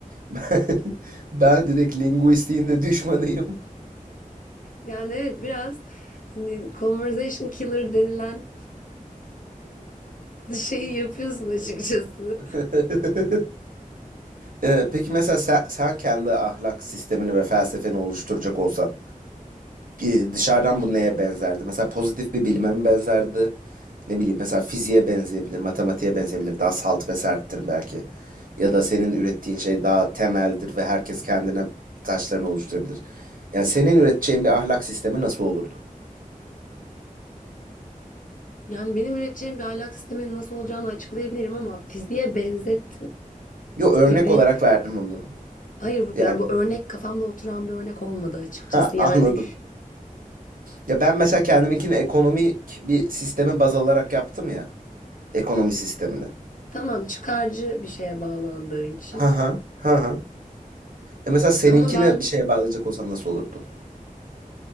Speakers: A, on the right (about 75°); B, on the left (about 65°).
A: <laughs> Ben direkt linguistiğin de düşmanıyım.
B: Yani evet biraz hani conversation killer denilen şeyi yapıyorsun açıkçası.
A: <laughs> Ee, peki mesela sen, sen kendi ahlak sistemini ve felsefeni oluşturacak olsan e, dışarıdan bu neye benzerdi? Mesela pozitif bir bilime mi benzerdi? Ne bileyim mesela fiziğe benzeyebilir, matematiğe benzeyebilir. Daha salt ve serttir belki. Ya da senin ürettiğin şey daha temeldir ve herkes kendine taşlarını oluşturabilir. Yani senin üreteceğin bir ahlak sistemi nasıl olurdu?
B: Yani benim üreteceğim bir ahlak sisteminin nasıl olacağını açıklayabilirim ama fiziğe benzet
A: Yo örnek
B: gibi
A: olarak verdim onu.
B: Hayır bu
A: Yani
B: yani bu örnek kafamda oturan bir örnek olmadı açıkçası.
A: ha anladım.
B: Yani
A: Ya ben mesela kendiminkini ekonomik bir sistemi baz alarak yaptım ya ekonomi sistemini.
B: tamam çıkarcı bir şeye bağlandığı için.
A: Ha ha ha ha. E mesela seninkine
B: Ama ben
A: bir şeye bağlayacak olsan nasıl olurdu?